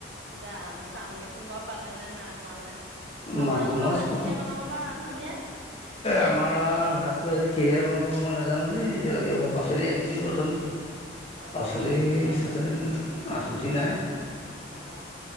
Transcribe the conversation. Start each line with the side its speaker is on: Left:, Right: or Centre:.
Right: জানো চাওঁগেচোন বাৰু পালে নে নাই পোৱা নে আপোনালোকৰ
Left: মাগুৰ মাছ
Right: ভাত
Left: পাব
Right: কিহে বনাব, তোমাৰ ৰান্ধনীয়ে?
Left: আমাৰ ভাতটো আজি কিহে বনাব মই নাজানো দেই এতিয়ালৈকে, মই পাচলি আনিছিলো অথনি
Right: অ'
Left: পাচলি
Right: মাছ পুঠি নাই
Left: চাচলি আনিলো, মাছ পুঠি নাই
Right: অ'।